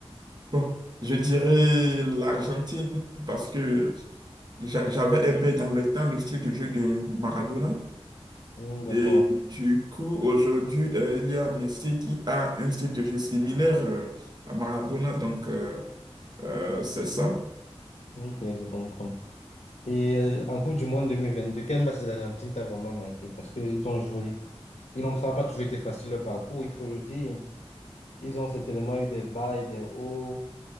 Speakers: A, on the right (about 40°); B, on the left (about 85°).
A: bon, je dirais l'Argentine parce que J'a- J'avais aimé dans le temps le style de jeu de Maradona.
B: Hmm, d'accord.
A: Et du coup, aujourd'hui, euh, il y a Messi qui a un style de jeu similaire euh, à Maradona. Donc, euh, euh, c'est ça.
B: Ok, je comprends. Et euh, en Coupe du Monde 2022, quel match de l'Argentine t'a vraiment marqué? Parce qu'ils ont joué. Ils n'ont ça n'a pas toujours été facile leur parcours, il faut le dire. Ils ont certainement eu des bas et des hauts.